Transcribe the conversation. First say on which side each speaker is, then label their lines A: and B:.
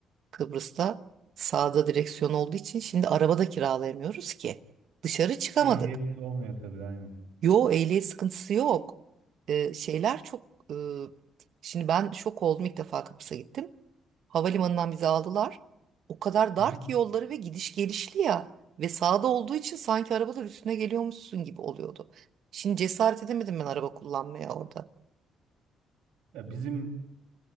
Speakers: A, on the right; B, on the right.
A: Kıbrıs'ta sağda direksiyon olduğu için şimdi arabada kiralayamıyoruz ki. Dışarı çıkamadık.
B: Ehliyet olmuyor tabii aynen.
A: Yo ehliyet sıkıntısı yok. E, şeyler çok... e, şimdi ben şok oldum ilk defa Kıbrıs'a gittim. Havalimanından bizi aldılar. O kadar dar
B: Hı hı.
A: ki yolları ve gidiş gelişli ya. Ve sağda olduğu için sanki arabalar üstüne geliyormuşsun gibi oluyordu. Şimdi cesaret edemedim ben araba kullanmaya orada.
B: Ya bizim